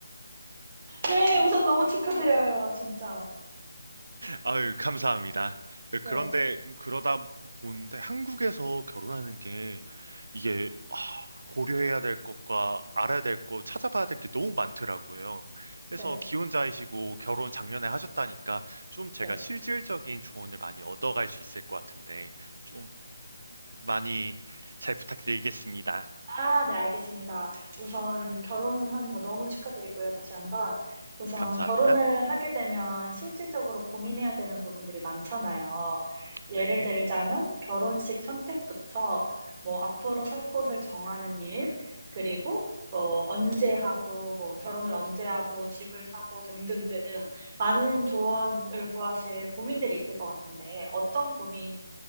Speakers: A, on the right; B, on the right.
A: 네,
B: 어.
A: 우선 너무 축하드려요, 진짜.
B: 아유, 감사합니다. 네,
A: 네,
B: 그런데 그러다 보는데 한국에서 결혼하는 게 이게 아, 고려해야 될 것과 알아야 될 것, 찾아봐야 될 게 너무 많더라고요.
A: 네,
B: 그래서 기혼자이시고 결혼 작년에 하셨다니까 좀 제가
A: 네.
B: 실질적인 조언을 많이 얻어갈 수 있을 것 같은데 좀 많이 잘 부탁드리겠습니다.
A: 아 네 알겠습니다. 우선 결혼하는 거 너무 축하드리고요, 다시 한번. 우선
B: 감사합니다.
A: 결혼을 하게 되면 실질적으로 고민해야 되는 부분들이 많잖아요.
B: 네.
A: 예를 들자면 결혼식 선택부터 뭐 앞으로 살 곳을 정하는 일, 그리고 뭐 언제 하고 뭐 결혼을 언제 하고 집을 사고 등등등 많은 조언을 구하실 고민들이 있을 것 같은데 어떤 고민을